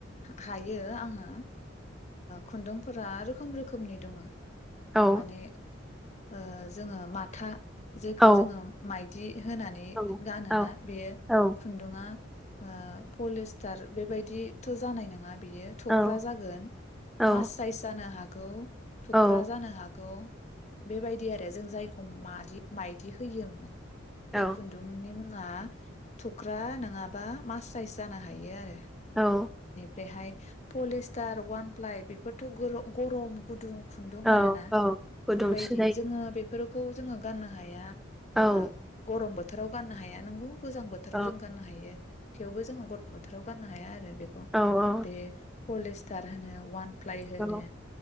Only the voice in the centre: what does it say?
औ
औ
औ
औ
औ
औ
औ
औ
औ
औ
औ
औ गुदुंसो
जायो
औ
औ
औ औ
औ